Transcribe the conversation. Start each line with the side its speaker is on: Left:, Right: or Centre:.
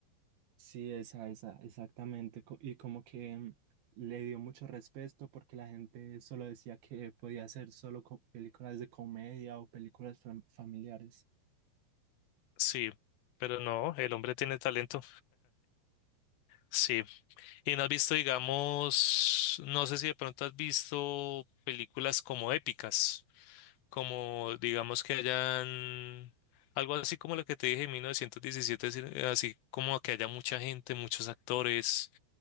Right: Sí, esa, esa, exactamente. co- Y como que mm, le dio mucho respeto porque la gente solo decía que podía hacer solo co- películas de comedia o películas fam- familiares.
Left: Sí, pero no, el hombre tiene talento. Sí. Y no has visto, digamos, no sé si de pronto has visto películas como épicas, como digamos que hayan algo así como lo que te dije en 1917, así así como que haya mucha gente, muchos actores,